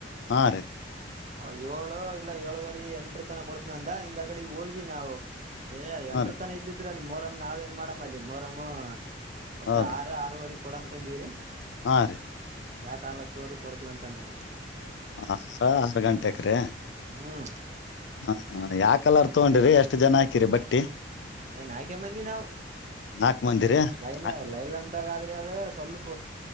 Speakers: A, on the left; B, on the right.
A: ಹಾ ರೀ
B: ಅವ ಏಳು ಇಲ್ಲ ಏಳುವರಿ ಎಂಟ್ರು ತನ ಕೊಡ್ತಿನಂದ ಇಂದಗಡಿ ಹೋಗಿ ನಾವು. ಏ ಎಂಟರು
A: ಹಾ ರೀ
B: ತನ ಇಲ್ಲಿದ್ರ ಅಲ್ಲಿ ಮೋರಮ್ಮ್ ನಾವ್ ಏನ್ ಮಾಡಮ್ಮ ಅಲ್ಲಿ ಮೋರಮ್ಮು. ಒಟ್ಟ
A: ಹೌದ್ರಿ
B: ಆರು ಆರುವರಿ ಕೊಡ ಅಂತಂದಿವ್ರೀ.
A: ಹಾ ರೀ
B: ಯಾ ಕಾಲಕ್ ತೋರಿ ಕೊಡ್ತಿವಂತಾದರಿ.
A: ಆರ ಆರ್ ಗಂಟೆಕ್ರೀ.
B: ಹ್ಮ್
A: ಹ ಹ ಯಾವ ಕಲರ್ ತಗೊಂಡ್ರಿ ಎಷ್ಟ್ ಜನ ಹಾಕಿರಿ ಬಟ್ಟಿ.
B: ಏ ನಾಲ್ಕೆ ಮಂದಿ ನಾವು
A: ನಾಲ್ಕು ಮಂದಿರಿ ಹಾಂ
B: ಲೈನ್ ಲೈಲ ಅಂದಾಗ ಆದ್ರೆ ಅದು. ಸ್ವಲ್ಪ